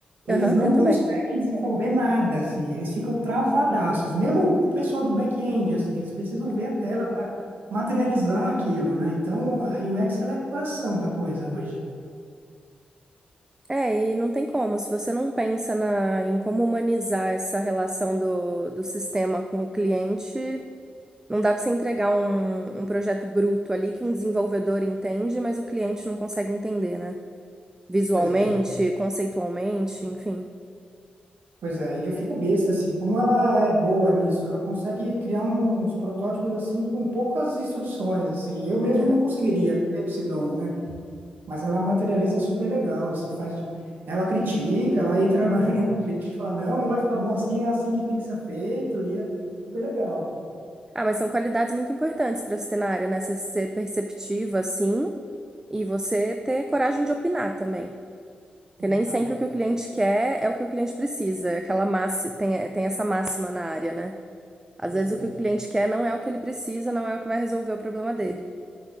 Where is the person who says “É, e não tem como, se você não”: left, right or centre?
Right